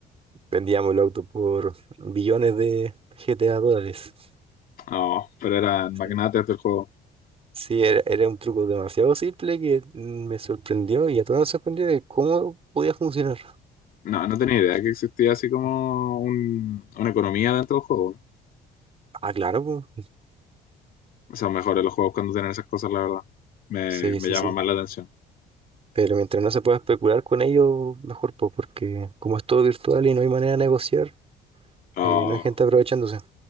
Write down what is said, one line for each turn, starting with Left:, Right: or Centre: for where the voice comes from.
Right: vendíamos el auto por billones de GTA dólares.
Left: Oh, pero eran magnates
Right: Sí,
Left: del juego.
Right: Sí, era, era un truco demasiado simple que me sorprendió y a todos nos sorprendió de cómo podía funcionar.
Left: No, no tenía idea que existía así como un- una economía dentro del juego.
Right: Ah, claro, po.
Left: O sea, mejores los juegos cuando tienen esas cosas, la verdad. Me,
Right: Sí,
Left: me
Right: sí,
Left: llama
Right: sí.
Left: más la atención.
Right: Pero mientras no se pueda especular con ello, mejor, po, porque como es todo virtual y no hay manera de negociar,
Left: Oh,
Right: eh, no hay gente aprovechándose.